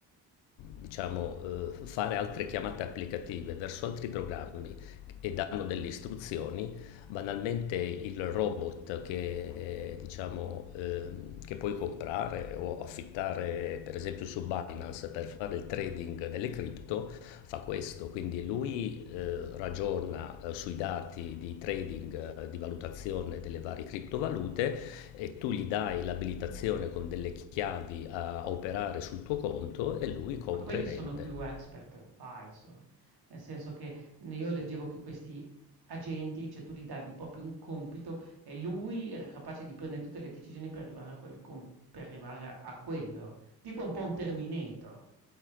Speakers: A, on the left (about 80°); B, on the right (about 55°).
A: diciamo, eh, fare altre chiamate applicative verso altri programmi e danno delle istruzioni, banalmente il robot che, eh, diciamo, ehm, che puoi comprare o affittare, per esempio, su Binance per fare il trading delle cripto, fa questo, quindi lui eh, ragiona eh, sui dati di trading, eh, di valutazione delle varie criptovalute e tu gli dai l'abilitazione con delle chiavi a operare sul tuo conto e lui compra
B: Ma quelli
A: e vende.
B: sono più expert advisor, nel senso che n io leggevo che questi agenti, cioè tu gli davi un po' più un compito e lui era capace di prendere tutte le decisioni per arrivare a quel com per arrivare a a quello. Tipo un po' un Terminator,